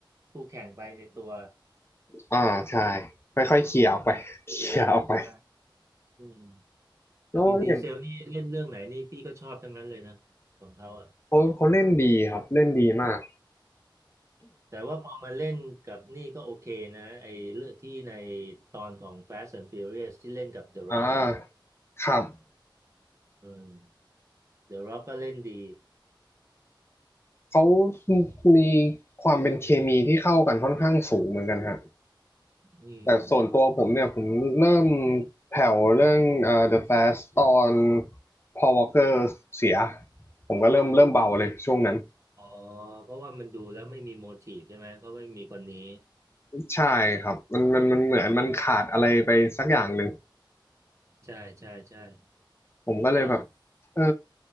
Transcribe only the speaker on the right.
คู่แข่งไปในตัว
อ่าอืมแต่วินดีเซลนี่เล่นเรื่องไหนนี่พี่ก็ชอบทั้งนั้นเลยนะของเขาอ่ะ
แต่ว่าพอมาเล่นกับนี่ก็โอเคนะไอ้เรื่องที่ในตอนของ Fast and Furious ที่เล่นกับ The
Rock อ่ะอืม The Rock ก็เล่นดี
อืม
อ๋อเพราะว่ามันดูแล้วไม่มีโมทีฟใช่ไหมเพราะว่าไม่มีคนนี้
ใช่ใช่ใช่
ถูกต้อง